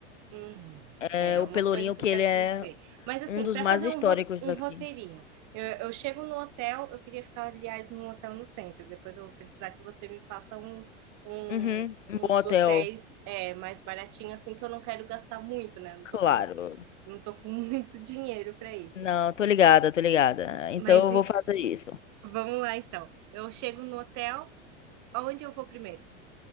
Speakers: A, on the right; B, on the left.
A: Uhum.
B: É,
A: É
B: o
A: uma
B: Pelourinho
A: coisa que
B: que
A: eu quero
B: ele é
A: conhecer. Mas assim,
B: um dos
A: para
B: mais
A: fazer
B: históricos
A: um, ro- um
B: daqui.
A: roteirinho, eu, eu chego no hotel, eu queria ficar, aliás, num hotel no centro. Depois eu vou precisar que você me passa um, um-
B: Uhum, um
A: uns
B: bom hotel,
A: hotéis é, mais baratinhos, assim, que eu não quero gastar muito, né? Não
B: claro.
A: tô com, não tô com <laughs> muito dinheiro para isso.
B: Não, tô ligada, tô ligada. Então
A: Mas
B: eu
A: e-
B: vou fazer isso.
A: vamos lá então. Eu chego no hotel, aonde eu vou primeiro?